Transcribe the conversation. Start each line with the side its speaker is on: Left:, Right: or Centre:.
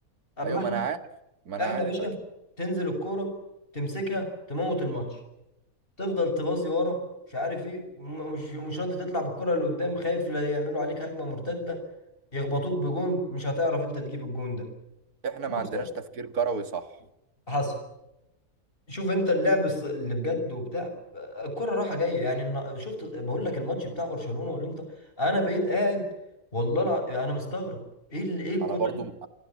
Left: اما
Right: ايوه ما
Left: احنا
Right: انا عارف ما انا
Left: احنا
Right: عارف
Left: يا باشا
Right: اكيد
Left: تنزل الكوره تمسكها تموت الماتش تفضل تباصي ورا مش عارف ايه وم- مش مش راضي تطلع بالكره اللي قدام خايف لا يعملوا عليك هجمه مرتده يخبطوك بجون مش هتعرف انت تجيب الجون ده
Right: احنا
Left: أنا
Right: ما عندناش
Left: بصراحة
Right: تفكير كروي صح
Left: حصل شوف انت اللعب الص- اللي بجد وبتاع الكرة رايحة جاية يعني النا- شفت بقول لك الماتش بتاع برشلونة والانتر انا بقيت قاعد والله الع... انا مستغرب ايه اللي ايه الكرة
Right: انا برضو م-